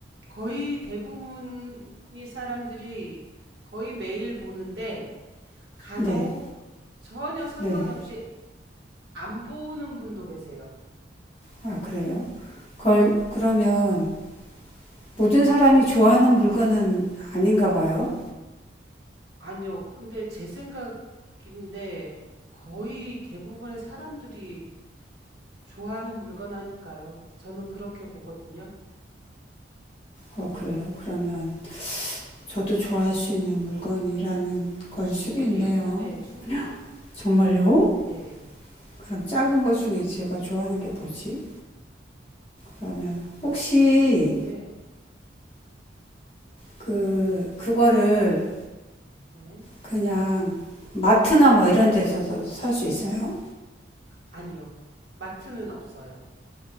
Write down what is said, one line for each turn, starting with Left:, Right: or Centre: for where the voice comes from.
Right: 거의 대부분이 사람들이 거의 매일 보는데 간혹
Left: 네,
Right: 전혀 상관없이
Left: 네.
Right: 안 보는 분도 계세요.
Left: 아 그래요? 걸 그러면 모든 사람이 좋아하는 물건은 아닌가 봐요.
Right: 아니요. 근데 제 생각인데 거의 대부분의 사람들이 좋아하는 물건 아닐까요? 저는 그렇게 보거든요.
Left: 어 그래요. 그러면 저도 좋아할 수 있는 물건이라는 걸
Right: 충분히요.
Left: 수도 있네요.
Right: 네, 충분히요.
Left: 정말요?
Right: 네,
Left: 그럼 작은 것 중에 제가 좋아하는 게 뭐지? 그러면 혹시
Right: 네,
Left: 그 그거를
Right: 네.
Left: 그냥 마트나 뭐 이런 데서도 살 수 있어요?
Right: 아니요. 마트는 없어요.